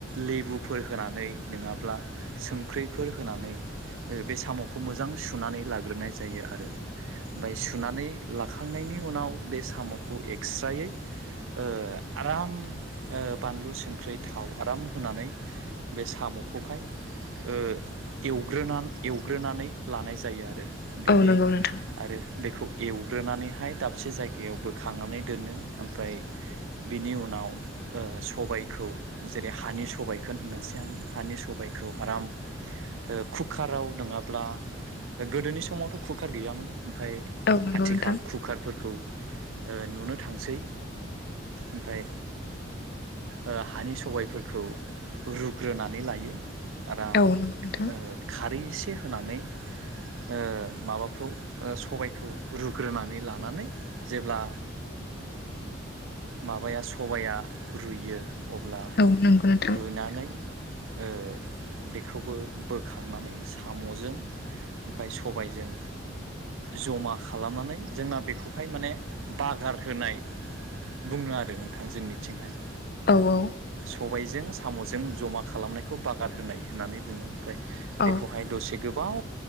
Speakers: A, on the right; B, on the left.
A: लेबुफोर होनानै नोंङाब्ला संख्रैफोर होनानै ओ बे साम'खौ मोजां सुनानै लाग्रोनाय जायो आरो। बाय सुनानै लाखांनायनि उनाव बे साम'खौ एक्स्रायै ओ आराम ओ बानलु संख्रै थाव आराम होनानै बे साम'खौहाय ओ एवग्रोना एवग्रोनानै लानाय जायो आरो बिनि
B: औ नंगौ नोंथां
A: आरो बेखौ एवग्रोनानैहाय दाबसे जायगायाव बोखांनानै दोनो ओमफ्राय बिनि उनाव ओ सबायखौ जेरै हानि सबायाइखोन होननोसै आंङो हानि सबायखौ आराम ओ कुकाराव नोंङाब्ला गोदोनि समावथ' कुकार गैयामोन ओमफाय
B: औ नंगौ नोंथां औ नंगौ
A: आथिखाल
B: नोंथां
A: कुकारफोरखौ ओ नुनो थांसै ओमफाय ओ हानि सबायफोरखौ रुग्रोनानै लायो। आराम
B: औ नंगौ नोंथां
A: ओ खारै एसे होनानै ओ माबाखौ सबायखौ रुग्रोनानै लानानै जेब्ला माबाया सबाया रुयो अब्ला
B: औ नंगौ नोंथां
A: रुयनानै ओ बेखौबो बोखांनानै साम'जों ओमफाय सबायजों जमा खालामनानै जोंना बेखौहाय माने बागार होनाय बुंङो आरो नोंथां जोंनिथिंहाय
B: औ औ
A: सबायाइजों साम'जों जमा खालामनायखौ बागार होनाय होननानै बुंङो ओमफ्राय
B: औ
A: बेखौहाय दसे गो बाव